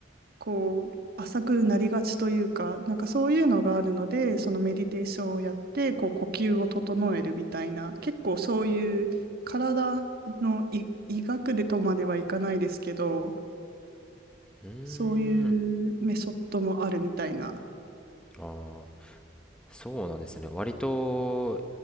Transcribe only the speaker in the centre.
うーん、
ああ、そうなんですね。割と、